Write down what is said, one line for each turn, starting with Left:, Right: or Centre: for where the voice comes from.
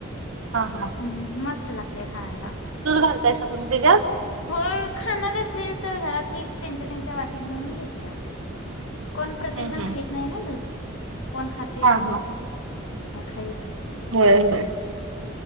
Right: हा
Left: हम्म मस् त लागत्यात. खायला
Right: दूध घालतायसा तुम्ही त्याच्यात
Left: होय खाणार असले तर घरातली त्यांच्या त्यांच्या वाटीत घालून घेत्यात. कोण प्रत्येक
Right: हम्म
Left: जण
Right: हम्म
Left: खाईत नाही ना दूध. कोण खातंय
Right: हा
Left: कोण
Right: हा
Left: नाय् खाय
Right: होय होय